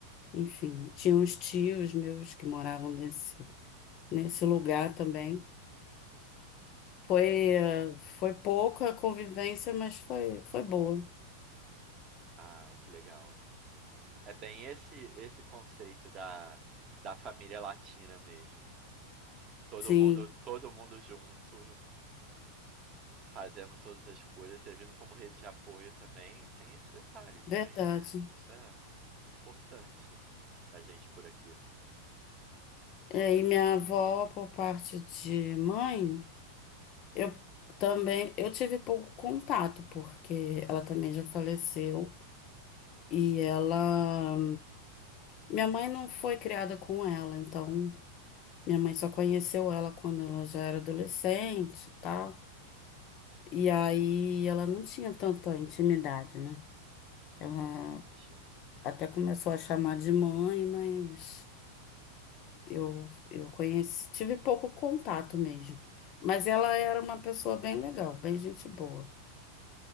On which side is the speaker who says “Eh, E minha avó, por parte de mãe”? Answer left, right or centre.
Left